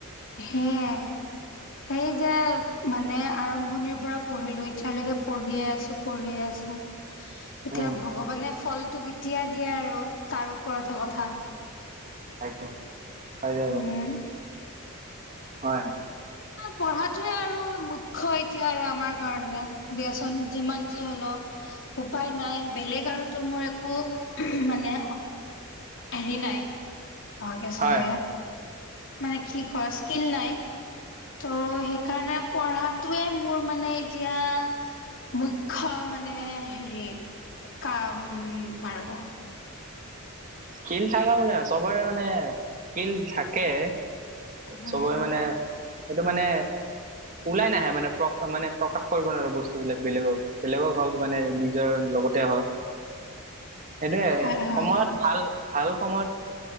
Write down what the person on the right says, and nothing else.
উম
<unintelligible> হয়',
হয়',
হয় হয়।
স্কিল থাকা বো চবৰে মানে স্কিল থাকে
চবৰে মানে সেইটো মানে ওলাই নাহে মানে প্ৰ মানে প্ৰকাশ কৰিব নোৱাৰো বস্তুবিলাক বেলেগক বেলেগৰ ঘৰক মানে নিজৰ লগতে হ
সেইটোৱে
সময়ত ভাল ভাল সময়ত